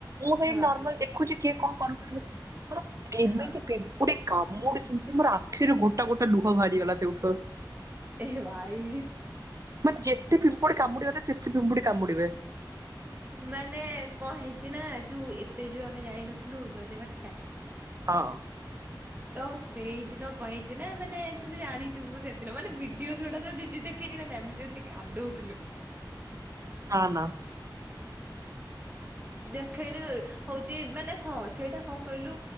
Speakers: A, on the right (about 45°); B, on the right (about 25°).
A: ମୁଁ ସେଇଠି
B: ହଁ
A: ନର୍ମାଲ
B: ହଁ।
A: ଦେଖୁଛି କିଏ କଣ କରୁ? ମଣ କେମିତି
B: ହଁ।
A: ପିମ୍ପୁଡି କାମୁଡି ସେମିତି ମୋର ଆଖିରୁ ଗୋଟା ଗୋଟା ଲୁ ବାହାରିଗଲା ସେଠୁ
B: ଏ ଭାଇ।
A: ମାନେ ଯେତେ ପିମ୍ପୁଡି କାମୁଡିଗଲେ ପିମ୍ପୁଡି କାମପୁଡିବେ।
B: ମାନେ କଣ ହେଇଛି ନା ଯୋଉ ଏବେ ଯୋଉ ଆମେ ଯାଇନଥିଲୁ ଜୟଦେବାଟିକା
A: ହଁ।
B: ତ ସେଇଦିନ କହିଇଛି ନା ମାନେ ତୁ ଜାଣିଥିବୁ ସେଦିନ ମାନେ ଭିଡିଓ ଗୁଡା ତ ଦିଦି ଦେଖେଇ ଆମେ ଯମିତି କାଦଉଥିଲୁ।
A: ନାଁ ନା।
B: ଦେଖେଇନି ହଉଛି ମାନେ ହଁ ସେଇଟା କଣ କହିଲୁ